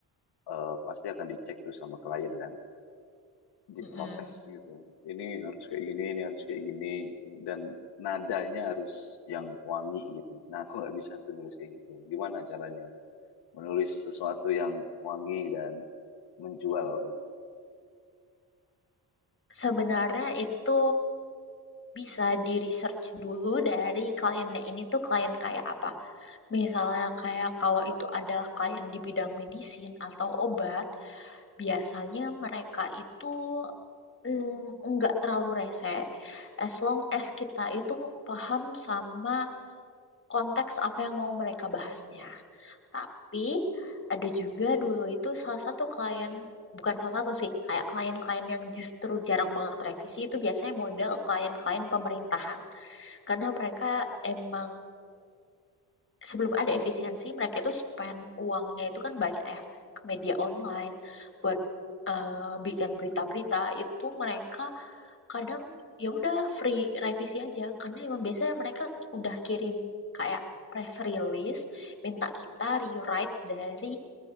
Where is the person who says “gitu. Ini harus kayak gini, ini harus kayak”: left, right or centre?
Left